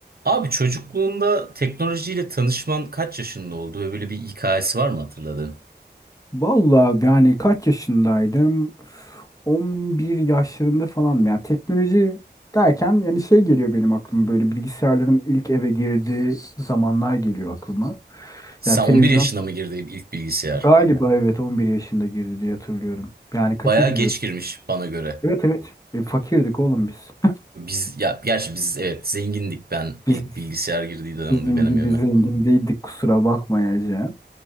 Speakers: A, on the right; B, on the left.
A: Abi çocukluğunda teknolojiyle tanışman kaç yaşında oldu ve böyle bir hikayesi var mı hatırladığın?
B: Vallahi yani kaç yaşındaydım? Üf, 11 yaşlarında falanım. Yani teknoloji derken yani şey geliyor benim aklıma böyle bilgisayarların ilk eve girdiği zamanlar geliyor aklıma.
A: Sen
B: Yani televizyon
A: 11 yaşında mı girdin ilk bilgisayar?
B: galiba evet 11 yaşında girdi diye hatırlıyorum. Yani kaça
A: Bayağı
B: gidiyordu?
A: geç girmiş bana göre.
B: Evet evet. E, fakirdik oğlum biz. <laughs>
A: Biz ya gerçi biz evet zengindik ben
B: Biz
A: ilk bilgisayar girdiği dönemde
B: sizin
A: benim
B: gibi
A: evime.
B: zengin değildik kusura bakmayacağım.